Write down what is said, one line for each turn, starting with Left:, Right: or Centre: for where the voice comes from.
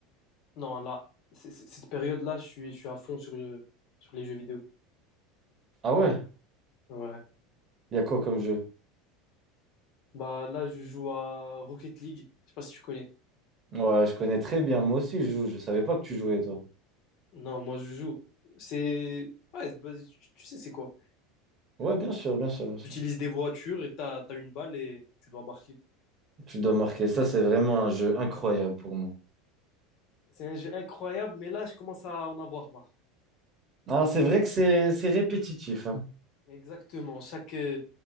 Left: Non, là, c'est- c'est- cette période-là, je suis, je suis à fond sur, le- sur les jeux vidéo.
Right: Ah ouais?
Left: Ouais.
Right: Il y a quoi comme jeu?
Left: Bah, là, je joue à Rocket League. Je sais pas si tu connais.
Right: Ouais, je connais très bien. Moi aussi, je joue. Je savais pas que tu jouais, toi.
Left: Non, moi, je joue. C'est. Ouais, bah, tu, tu sais, c'est quoi?
Right: Ouais, bien sûr, bien sûr, bien sûr.
Left: Tu utilises des voitures et t'as, t'as une balle et tu dois marquer.
Right: Tu dois marquer. Ça, c'est vraiment un jeu incroyable pour moi.
Left: C'est un jeu incroyable, mais là, je commence à en avoir marre.
Right: Ah, c'est vrai que c'est c'est répétitif, hein.
Left: Exactement. Chaque, euh,